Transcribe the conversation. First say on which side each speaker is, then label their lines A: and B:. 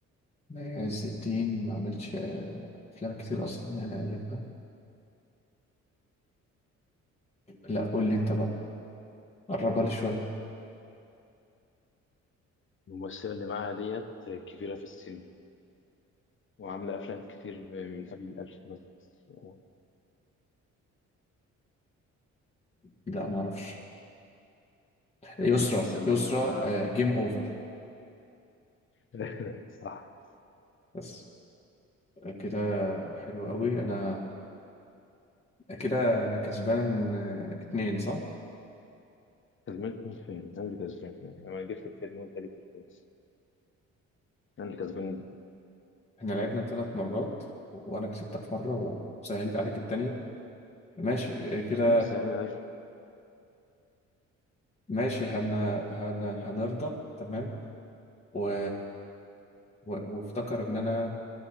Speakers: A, on the left (about 20°); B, on the left (about 40°).
A: مي عز الدين ما عملتش آه، أفلام كتير أصلا يعني أيامها لا قول لي أنت بقى قربها لي شوية
B: الممثلة اللي معاها ديت كبيرة في السن وعاملة أفلام كتير من قبل الألفينات وكانت
A: لا ما اعرفش يسرا
B: بتمثل
A: يسرا
B: دايما مع
A: جيم اوفر
B: <laughs> صح
A: بس كده حلو قوي انا كده انا كسبان آه، اتنين صح
B: كسبان مين فين؟ أنا اللي كسبان أنا جبت الفيلم وأنت جبت الفيلم أنا اللي كسبان
A: احنا لعبنا ثلاث مرات و- وانا كسبتك مره وسهلت عليك التانية ماشي آه، كده
B: مين اللي ساعدني ده؟
A: ماشي هن... هن... هنرضى تمام و... و... وافتكر ان انا